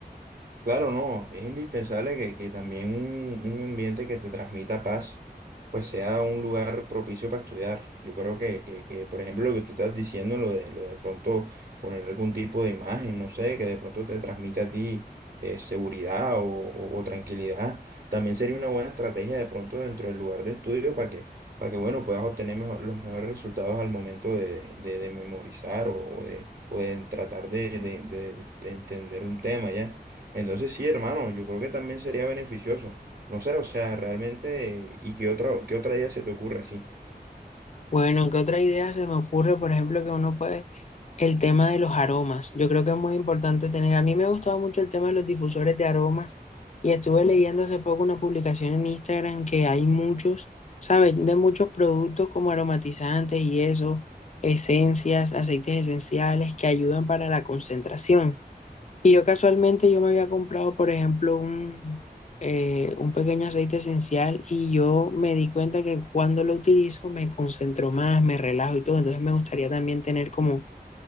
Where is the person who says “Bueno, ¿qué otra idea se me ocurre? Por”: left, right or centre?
Left